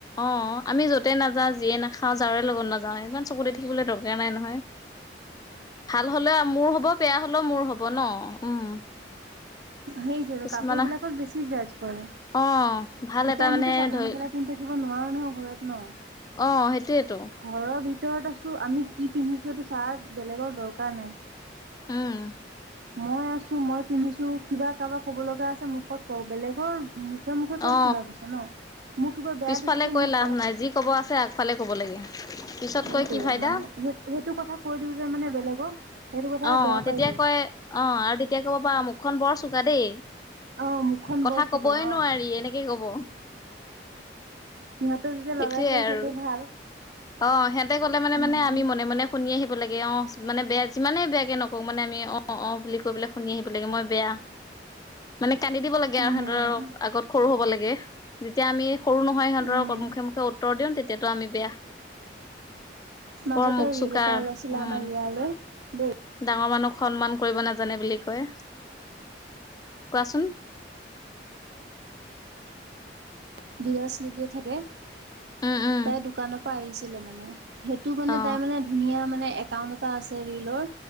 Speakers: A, on the left; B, on the right.
A: অ আমি য'তে নাযাওঁ যিয়ে নাখাওঁ যাৰে লগত নাযাওঁ ইমান চকু দি থাকিবলৈ দৰকাৰ নাই নহয়
B: উ
A: ভাল হলেও মোৰ হব বেয়া হলেও মোৰ হব ন উম
B: সেইটো
A: কিছুমানে
B: কাপোৰ বিলাকত বেছি জাজ কৰে। এতিয়া
A: অ ভাল এটা
B: আমিতো
A: মানে
B: চাদৰ
A: ধৰি
B: মেখেলা পিন্ধি থাকিব নোৱাৰো ন ঘৰত ন।
A: অ সেইটোৱেইতো।
B: ঘৰৰ ভিতৰত আছোঁ আমি কি পিন্ধিছোঁ এইটো ছাৰ বেলেগৰ দৰকাৰ নাই।
A: উম।
B: মই আছো মই পিন্ধিছো কিবা কাৰবাক ক'ব লগা আছে মুখত কওক বেলেগৰ। মুখে মুখে কৈ
A: অ
B: চিলাব আছে ন। মোক কিবা বেয়া
A: পিছফালে
B: দেখিছে
A: কৈ
B: মোক
A: লাভ
B: কওক।
A: নাই যি ক'ব আছে আগফালে ক'ব লাগে পিছত
B: সেইটোয়ে
A: কৈ কি ফাইদা
B: মানে সেই সেইটো কথা কৈ দিওঁ যে মানে বেলেগক সেইটো কথা
A: অ
B: বেয়া
A: তেতিয়া
B: পাই যায়।
A: কয়, অ আৰু তেতিয়া ক'ব পাৰা মুখখন বৰ চোকা দেই।
B: অ', মুখখন
A: কথা
B: বৰ
A: কবই
B: চোকা অ'।
A: নোৱাৰি এনেকে কব।
B: সিহঁতে যেতিয়া
A: সেইটোয়ে
B: লগাই থয়
A: আৰু
B: সেইটো ভাল।
A: অ সিহঁতে কলে মানে
B: উম।
A: মানে আমি মনে মনে শুনি আহি লাগে অ মানে বেয়া যিমানে বেয়াকে নকওঁক মানে আমি অ অ বুলি কৈ পেলাই শুনি আহিব লাগে মই বেয়া। মানে কান্দি দিব লাগে
B: উম,
A: আৰু সিহঁতৰ আগত সৰু হ'ব লাগে যেতিয়া আমি সৰু নহয় সিহঁতৰক
B: উম।
A: মুখে মুখে উত্তৰ দিওঁ তেতিয়াতটো আমি বেয়া।
B: মাজতে
A: বৰ মুখ
B: ৰিল
A: চোকা
B: এটা ওলাইছিলে
A: উম
B: আমাৰ ইয়াৰ আৰু দেই।
A: ডাঙৰ মানুহক সন্মান কৰিব নাজানে বুলি কয়। কোৱাচোন
B: আ <unintelligible> দুটা শ্লিপ যে থাকে
A: উম উম
B: তাই দোকানৰ পৰা আহিছিলে মানে। সেইটো মানে
A: অ
B: তাই মানে ধুনীয়া মানে একাউণ্ট এটা আছে ৰিলৰ